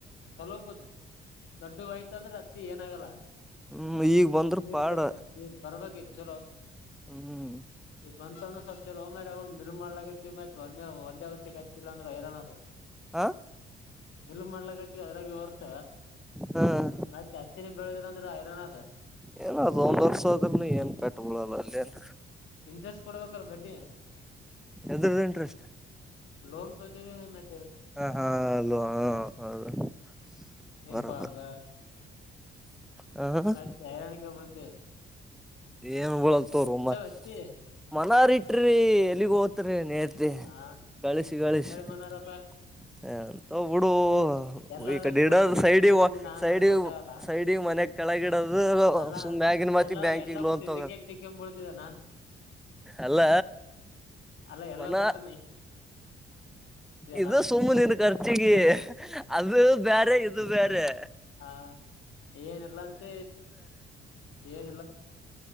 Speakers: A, on the left (about 75°); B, in the centre.
A: ಸ್ವಲ್ಪ ದೊಡ್ಡವಾಯ್ತ ಅಂದ್ರೆ ಅತ್ತಿ ಏನಾಗಲ್ಲ.
B: ಹ್ಮ್ ಈಗ ಬಂದ್ರ
A: ನೀರ್
B: ಪಾಡ
A: ಕಟ್ಟ ಈ ಬರ್ಬೇಕ ಚಲೋ.
B: ಹ್ಮ್
A: ಮಂತಂದ್ರ ಸ್ವ ಚಲ ಮ ಮಲ್ ಮಾಡಲ ಆಗತ್ತತಿ ಮತ್ತತ್ ಒಂದೇ ಒಂದೇವ ಸಿಗತಿಲ್ಲ ಅಂದ್ರೆ ಹೈರಾಣ ಆಗೆ.
B: ಹಾ.
A: ಎಲ್ ಮಾಡ್ಲಕತಿವಿ ಅದ್ರಾಗಿ ಹೊರ್ಸ.
B: ಹ
A: ಮತ್ತೆ ಹತ್ತಿನಿ ಬೆಳದಿಲ್ಲ ಅಂದ್ರೆ ಐರೋನ್ದ.
B: ಏನ ಅದ ಒಂದ್ ವರ್ಷ ಆದ್ರನು ಏನ್ ಪಟ್ಬಿಳಲ್ಲ ಅಲ್ಲನ್.
A: ಇಂಟ್ರೆಸ್ಟ್ ಕೊಡ್ಬೇಕ ಬಡ್ಡಿ.
B: ಎದ್ರ್ದ ಇಂಟ್ರೆಸ್ಟ್.
A: ಲೋನ್ ತ. <unintelligible>
B: ಹ ಹಾ ಅಲ್ವಾ ಹ ಹೌದು. <unintelligible>
A: ಇಪಗ
B: ಬರೋಬರ್ ಹ ಹಾ
A: ಹತ್ತ ಐರಾಣಿಕ ಬತೆ. <unintelligible>
B: ಏನ್ ಬಳಲ್ತ ರ ಮ
A: ಹತ್ತಿ
B: ಮನವರಿ ಇಟ್ರಿ ಎಲ್ಲಿಗ ಹೋತ. <unintelligible> ಅ ನೇತೆ
A: ಹಾ
B: ಗಳಿಸಿಗಳಿಸಿ.
A: ಎಕಡೆ
B: <unintelligible>
A: ಮನೋರಪ್ಪ
B: ಹ ಅಂತ ಬಿಡು
A: ಎಲ್ಲದಕ್
B: ಈ ಕಡ
A: ಬಿಟ್ಟು ಇದಕ್
B: ಸೈಡಿ
A: ತಿಕ್ಕೊಂಡಿದ್ದಿ ನಾನ್
B: ಸೈಡಿ
A: ಗೊತ್ತಾಗಲ್ಲ
B: ಸೈಡಿ ಮನೆ. ಕೆಳಗಿಡದು
A: ಅಲ್ಲಾ
B: ಸುಗಿನ ಮೆ.
A: ಎಲ್ಲಾ
B: <unintelligible> ಬ್ಯಾಂಕಿಗೆ
A: ಎಲ್ಲಾ
B: ಲೋನ್
A: ಬಿಟ್ಟು
B: ತಗೋದು
A: ಇದಕ್ಕೆ ಯಾಕ್ ತಿಕ್ಕೊಂಬಿಡ್ತಿದ್ದೆ ನಾನು
B: ಅಲ್ಲ.
A: ಅಲ್ಲ ಎಲ್ಲ
B: ಮನ
A: ಬಿಟ್ಟ.
B: ಇದು
A: ನಾನು
B: ಸುಮ್ಮು ನೀನು ಖರ್ಚಿಗೆ ಅದು ಬೇರೆ. ಇದು ಬ್ಯಾರೆ.
A: ಹಾ ಏನಲ್ಲಂತ <unintelligible>